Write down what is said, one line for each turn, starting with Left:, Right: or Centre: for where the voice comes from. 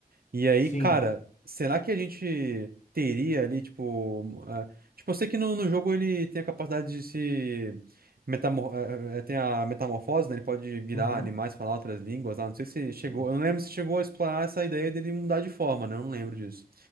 Right: E aí,
Left: Sim.
Right: cara, será que a gente teria ali, tipo. ah, tipo, eu sei que no, no jogo ele tem a capacidade de se. Metamor eh, eh, eh, tem a metamorfose, né? Ele pode virar
Left: Uhum.
Right: animais, falar outras línguas lá. Não sei se
Left: Sim.
Right: chegou. Eu não lembro se chegou a explorar essa ideia dele mudar de forma, né? Eu não lembro disso.